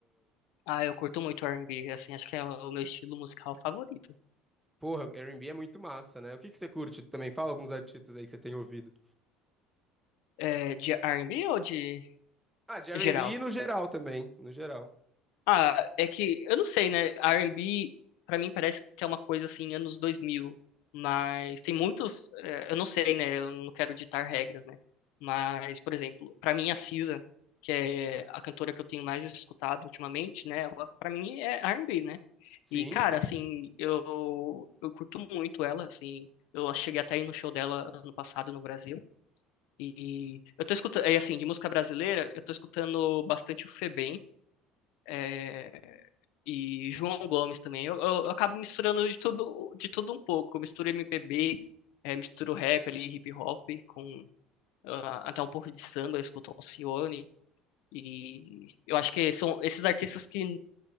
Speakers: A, on the left; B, in the centre.
A: Ah, eu curto muito R&B, assim, acho que é o meu estilo musical favorito.
B: Porra, R e B é muito massa, né? O que que você curte também? Fala alguns artistas aí que você tem ouvido.
A: É, de R&B ou de
B: Ah, de R
A: geral?
B: e B no geral também, no geral.
A: Ah, é que eu não sei, né? R&B pra mim parece que é uma coisa assim anos 2000, mas tem muitos, eh, eu não sei, né? Eu não quero ditar regras, né? Mas, por exemplo, pra mim a Cisa, que é a cantora que eu tenho mais escutado ultimamente, né? Ela para mim é R&B, né?
B: Sim,
A: E cara,
B: cê-
A: assim, eu eu curto muito ela, assim, eu cheguei até aí no show dela ano passado no Brasil. E eu tô escutando, é assim, de música brasileira, eu tô escutando bastante o Febem. é, e João Gomes também. Eu, eu- eu acabo misturando de tudo, de tudo um pouco. Eu misturo MPB, eh, misturo rap ali, hip hop, com ah, até um pouco de samba, eu escuto Alcione. E eu acho que são esses artistas que eu